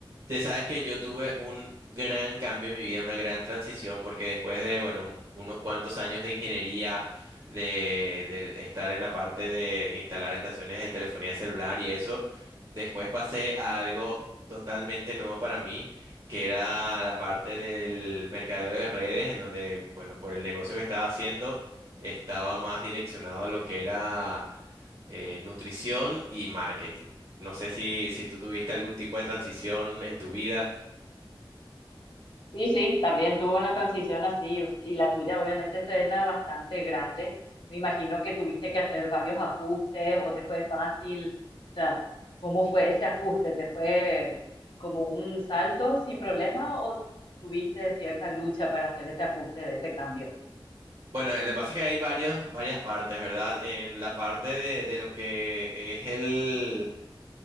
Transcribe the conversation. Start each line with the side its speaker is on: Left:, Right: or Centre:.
Right: Te sabes que yo tuve un gran cambio en mi vida, una gran transición, porque después de, bueno, unos cuantos años de ingeniería, de, de estar en la parte de instalar estaciones de telefonía celular y eso, después pasé a algo totalmente nuevo para mí, que era la parte del mercadeo de redes, en donde, bueno, por el negocio que estaba haciendo, estaba más direccionado a lo que era eh, nutrición y marketing. No sé si, si tú tuviste algún tipo de transición en tu vida.
Left: Sí, sí, también tuvo una transición así y la tuya obviamente serena bastante grande. Me imagino que tuviste que hacer varios ajustes o te fue fácil. O sea, ¿cómo fue ese ajuste? ¿Te fue como un salto sin problema o tuviste cierta lucha para hacer ese ajuste de ese cambio?
Right: Bueno, eh, lo que pasa es que hay varios, varias partes, ¿verdad? En la parte de, de lo que es el,